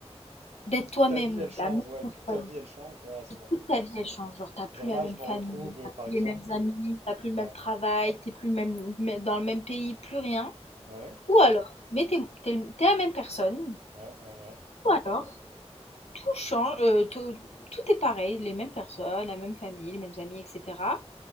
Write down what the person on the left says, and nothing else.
D'être
toi-même,
la même
personne.
Toute ta vie, elle change. Genre, t'as plus
la
même
famille,
t'as
plus
les mêmes
amis, t'as plus le même
travail, t'es plus le même, dans le même pays, plus rien.
Ou alors, mais t'es, t'es le- t'es la même personne.
Ou alors, tout change, euh, tout, tout est pareil, les mêmes personnes, la même famille, les mêmes amis, etc.